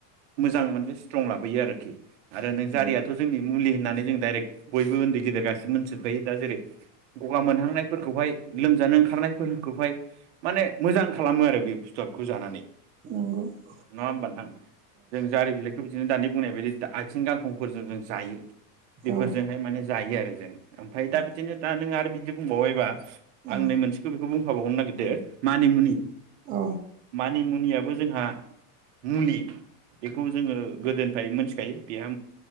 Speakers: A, on the right (about 50°); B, on the right (about 15°).
A: मोजां मोनसे स्ट्रं लाबोयो आरोखि । आरो नों
B: औ
A: जारियाथ' जोंनि मुलि होननानै जों दाइरेक्ट बयबो उन्दै गेदेर गासि मोनथिजोबखायो दा जेरै गगा मोनहांनाय फोरखौहाय लोमजानो ओंखारनायफोरखौहाय माने मोजां खालामो आरो बे बुस्थुआ बेखौ जानानै ।
B: नंगौ ।
A: नङा होमबा नोंथां? जों जारि बिलाइखौ बि बिदिनो दानि बुंनाय बायदि आइथिं गांखं'फोरजों जों जायो । बेफोरजोंहाय
B: औ
A: माने जायो आरो जों । आमफाय दा बिदिनो
B: नंगौ
A: दा नों आरो बिदि बुंबावबायबा
B: औ
A: आं नै
B: औ
A: मोनसेखौ खौ बुंफाबावगनो नागिरदो मानिमुनि
B: औ औ
A: मानिमुनिया बो जोंहा मुलि बेखौ जोंङो गोदोनिफ्राय मोनथिखायो बेहा